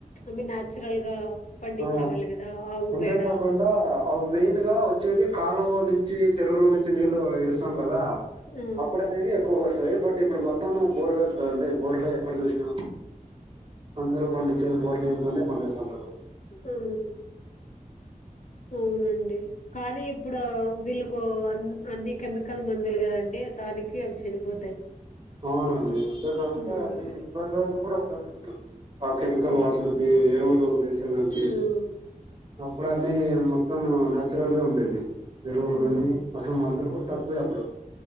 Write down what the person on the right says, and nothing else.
ఆ
అంతేకాకుండా
అవి మెయిన్ గా వచ్చేది కాలువ నుంచి చెరువులోనుంచి నుంచి నీళ్ళు ఇడుస్తాం కదా
అప్పుడు అనేవి ఎక్కువగా వస్త <unintelligible> బట్ ఇప్పుడు మొత్తం బోర్వేల్స్ కదండీ బోర్లో ఎక్కడ చూసినా అందరు పండి తిరు బోరు దిగుతూనే పండిస్తాం
అవునండి అంతేకాకుండా
అవి కొన్ని రోజులు కూడా ఉండవు ఇప్పుడు ఆ కెమికల్
వాసనకి ఎరువులు వేసేదానికి
అప్పుడు అన్నీ మొత్తం న్యాచురల్గా ఉండేది ఎరువులు
కాని అసలు మందులు కూడా త వె అప్పుడు